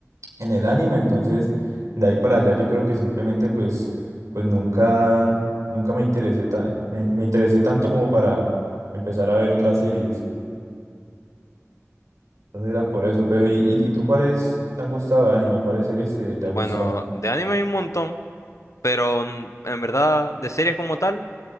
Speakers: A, on the right; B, on the left.
A: en el anime, entonces de ahí para allá yo creo que simplemente pues pues nunca nunca me interesé ta- me me interesé tanto como para empezar a ver otras series. Entonces era por eso. Pero, ¿y, y, y tú cuáles te han gustado de anime? ¿Cuáles series te, te
B: Bueno,
A: ha gustado?
B: de anime hay un montón, pero mm, en verdad, de series como tal.